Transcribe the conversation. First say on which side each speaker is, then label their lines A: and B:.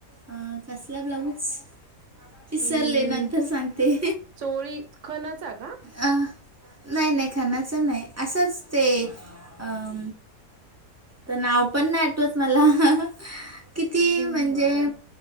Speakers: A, on the right (about 25°); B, on the right (about 60°).
A: हा कसला ब्लाऊज विसरले
B: अम्
A: नंतर सांगते.
B: चोळी खणाचा का
A: अह नाही नाही खणाचं नाही असंच ते अह त नाव पण नाय मला आठवत मला किती
B: हम्म
A: म्हणजे
B: बरं.